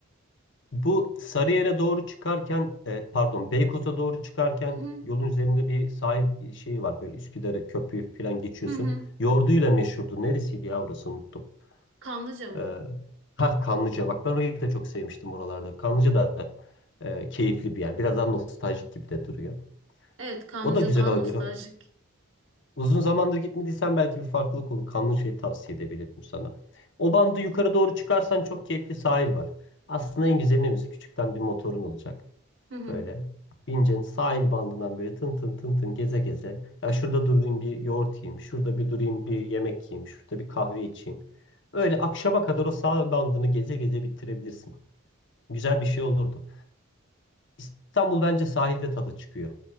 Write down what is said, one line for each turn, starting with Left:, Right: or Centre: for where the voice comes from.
Left: Bu Sarıyer'e doğru çıkarken, e, pardon Beykoz'a doğru çıkarken
Right: Hı hı.
Left: yolun üzerinde bir sahil e, şeyi var. Böyle Üsküdar'ı, köprüyü falan geçiyorsun.
Right: Hı hı.
Left: Yoğurduyla meşhurdu. Neresiydi ya orası unuttum.
Right: Kanlıca mı?
Left: E, ha Kanlıca bak ben orayı da çok sevmiştim oralarda. Kanlıca da e, keyifli bir yer. Biraz daha nostaljik gibi de duruyor.
Right: Evet, Kanlıca
Left: O da güzel
Right: daha
Left: olabilir.
Right: nostaljik.
Left: Uzun zamandır gitmediysen belki bir farklılık olur. Kanlıca'yı tavsiye edebilirim sana. O bandı yukarı doğru çıkarsan çok keyifli sahil var. Aslında en güzeli ne biliyor Küçükten bir motorun olacak.
Right: Hı hı.
Left: Böyle. Bineceksin sahil bandından böyle tın tın tın tın geze geze. Ya şurada durayım bir yoğurt yiyeyim. Şurada bir durayım bir yemek yiyeyim. Şurada bir kahve içeyim. Öyle akşama kadar o sahil bandını geze geze bitirebilirsin. Güzel bir şey olurdu. İstanbul bence sahilde tadı çıkıyor